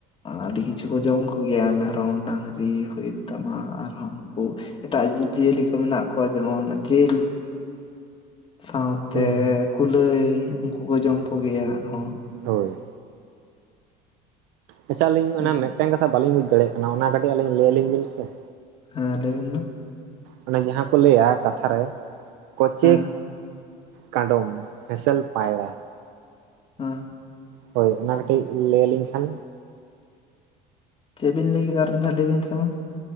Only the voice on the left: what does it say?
ᱟᱹᱰᱤ ᱠᱤᱪᱷᱩ ᱠᱚ ᱡᱚᱢ ᱠᱚᱣᱟ᱾ ᱠᱩ ᱜᱮᱭᱟ ᱢᱮᱨᱚᱢ, ᱰᱟᱹᱟᱝᱨᱤ ᱦᱩᱭᱮᱱ ᱛᱟᱢᱟ ᱟᱨᱦᱚᱸ ᱱᱩᱠᱩ ᱮᱴᱟᱜ ᱡᱤᱵᱼᱡᱤᱭᱟᱹᱞᱤ ᱠᱚ ᱢᱮᱱᱟᱜ ᱠᱚᱣᱟ ᱡᱮᱢᱚᱱ ᱡᱮᱞ ᱥᱟᱶᱛᱮ
ᱠᱩᱞᱟᱹᱭ ᱩᱱᱠᱩ ᱠᱚ ᱡᱚᱢ ᱠᱚ ᱜᱮᱭᱟ ᱟᱨᱦᱚᱸ᱾
ᱩᱱᱠᱩ
ᱦᱮᱸ, ᱞᱟᱹᱭᱵᱤᱱ ᱢᱟ ᱾
ᱦᱮᱸ
ᱦᱮᱸ ᱾
ᱪᱮᱫ ᱵᱤᱱ ᱞᱟᱹᱭ ᱠᱮᱫᱟ ᱟᱨ ᱢᱤᱫ ᱫᱷᱟ ᱞᱟᱹᱭᱵᱤᱱ ᱥᱮ ᱢᱟ?